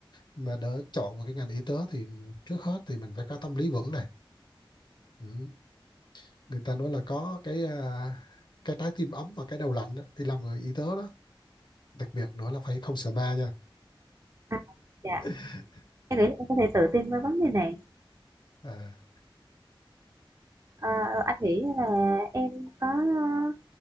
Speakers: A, on the left (about 55°); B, on the right (about 40°).
A: mà để chọn một cái ngành y tế thì trước hết thì mình phải có tâm lý vững này ừ người ta nói là có cái à, cái trái tim ấm và cái đầu lạnh á, thì làm người y tế đó đặc biệt nữa là phải không sợ ma nha
B: à, dạ
A: <laughs>
B: em nghĩ là em có thể tự tin với vấn đề này
A: à,
B: Ờ, anh nghĩ là em có ờ,